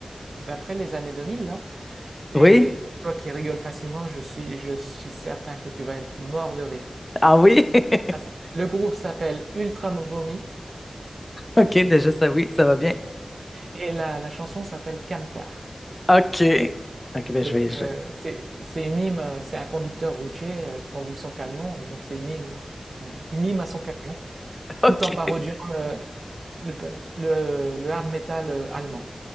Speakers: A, on the right; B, on the left.
A: d'après les années 2000, là. Et
B: Oui,
A: toi qui rigoles facilement, je suis, je suis certain que tu vas être mort de rire.
B: ah oui, <laughs>
A: Parce- Le groupe s'appelle Ultra Vomit
B: ok, déjà ça, oui, ça va bien.
A: et la, la chanson s'appelle Camtar.
B: Ok, ok, ben je
A: Donc,
B: vais, je
A: euh,
B: vais.
A: c'est c'est une hymne, euh, c'est un conducteur routier euh, qui conduit son camion, et donc c'est une hymne, une hymne à son camion,
B: <laughs> Ok,
A: tout en parodiant le, le, le- le hard metal euh, allemand.